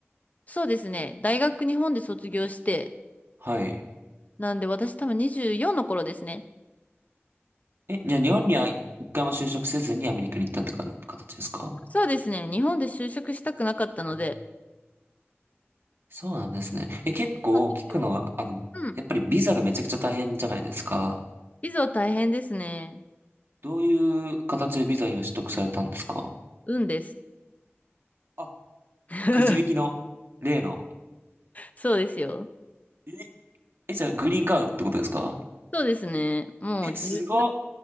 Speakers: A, on the left (about 35°); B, on the right (about 55°).
A: そうですね。大学日本で卒業して、
B: はい。
A: なんで私多分24の頃ですね。
B: え、じゃあ日本には一回も就職せずにアメリカに行ったってか形ですか
A: そうですね。日本で就職したくなかったので。
B: うんそうなんですね。え、結構聞くのは、
A: そうなんですよ。
B: あの、
A: うん。
B: やっぱりビザがめちゃくちゃ大変じゃないですか。
A: いざ大変ですね。
B: どういう形でビザ今取得されたんですか
A: 運です。
B: あ、
A: <laughs>
B: くじ引きの、例の。
A: そうですよ。
B: え、え、じゃあグリーンカードってことですか
A: そうですね。もう10、
B: え、すごっ。